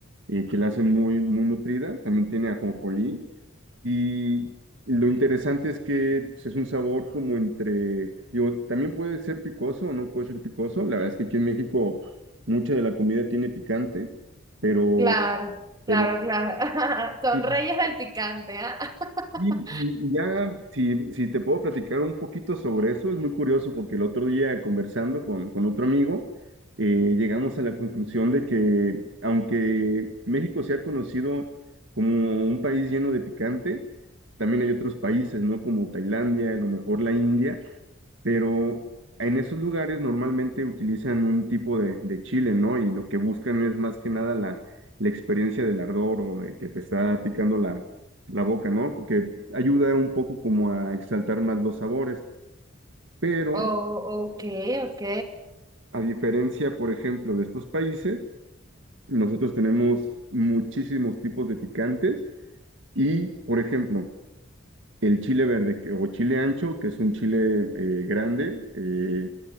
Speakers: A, on the right; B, on the right.
A: eh, que la hacen muy, muy nutrida. También tiene ajonjolí. Y lo interesante es que pues, es un sabor como entre, digo, también puede ser picoso o no puede ser picoso. La verdad es que aquí en México mucha de la comida tiene picante, pero,
B: Claro,
A: pero
B: claro, claro, <laughs> son
A: sí,
B: reyes del picante, ¿ah? <laughs>
A: Y, y y ya, si, si te puedo platicar un poquito sobre eso, es muy curioso porque el otro día conversando con, con otro amigo, eh, llegamos a la conclusión de que aunque México sea conocido como un país lleno de picante, también hay otros países, ¿no? Como Tailandia, a lo mejor la India, pero en esos lugares normalmente utilizan un tipo de, de chile, ¿no? Y lo que buscan es más que nada la, la experiencia del ardor o de que te está picando la, la boca, ¿no? Porque ayuda un poco como a exaltar más los sabores. Pero
B: Oh, ok, ok.
A: a diferencia, por ejemplo, de estos países, nosotros tenemos muchísimos tipos de picantes y, por ejemplo, el chile verde que- o chile ancho, que es un chile eh, grande, eh,